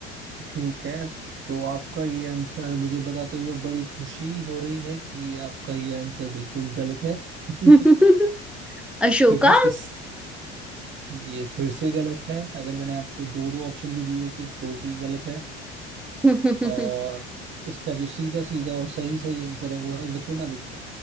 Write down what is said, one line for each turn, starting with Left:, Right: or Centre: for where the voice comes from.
Right: ठीक है तो आपका ये आंसर मुझे बताते हुए बड़ी खुशी हो रही है कि आपका ये आंसर बिल्कुल गलत है <laughs>
Centre: <laughs> अशोका
Right: क्योंकि इसका स- ये फिर से गलत है अगर मैंने आपको दो दो ऑप्शन भी दिए होते तो भी गलत है
Centre: <laughs> बिक
Right: और इसका जो सीधा सीधा और सही सही आंसर है वो है विक्रमादित्य